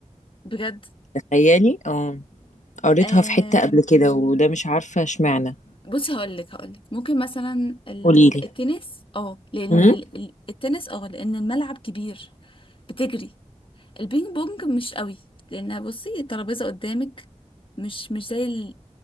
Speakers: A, on the left; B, on the left.
A: بجد
B: تخيلي اه قريتها
A: آم،
B: في حتة قبل كده وده مش عارفة اشمعنى
A: بصي هقولك هقولك ممكن مثلا ال-
B: قوليلي
A: التنس اه لان
B: امم
A: ال- ال- التنس اه لان الملعب كبير بتجري البينج بونج مش قوي لانها بصي الترابيزه قدامك مش مش زي ال-